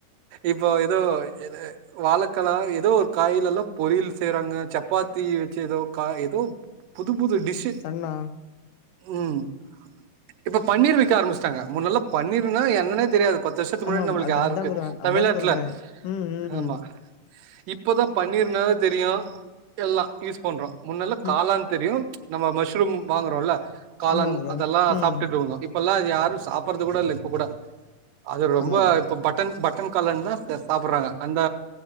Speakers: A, on the right; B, on the left.
A: இப்போ ஏதோ எதே வாழைக்கல ஏதோ ஒரு காயில எல்லா பொரியல் செய்யறாங்க சப்பாத்தி வச்சு ஏதோ கா ஏதோ புதுப் புது டிஷ்ஷு
B: சன்னா
A: ம் இப்ப பன்னீர் வக்க ஆரம்பிச்சட்டாங்க முன்னல்ல பன்னீர்னா என்னன்னே தெரியாது பத்து வருஷத்துக்கு
B: ஆமா
A: முன்னாடி நம்மளுக்கு
B: அத
A: யாருக்கு
B: அதா ப்ரோ
A: தமிழ்நாட்டுல
B: அதா சொல்றே ம் ம்
A: ஆமா இப்பதா பண்ணிருனாவே தெரிய எல்லா யூஸ் பண்றோ முன்னல்ல
B: ம்
A: காளான் தெரியு நம்ம மஷ்ரூம் வாங்குறோல்ல காளான்
B: ஆமா ப்ரோ
A: அதெல்லா
B: ம்
A: சாப்பிட்டுட்டு இருந்தோ இ ப்பல்லாம் அது யாரு சாப்படுறது கூட இல்ல இப்ப கூட அது ரொம்ப
B: ஆமா
A: இப்ப ப ட்டன் பட்டன் காளான் தா சாப்பிடுறாங்க அந்த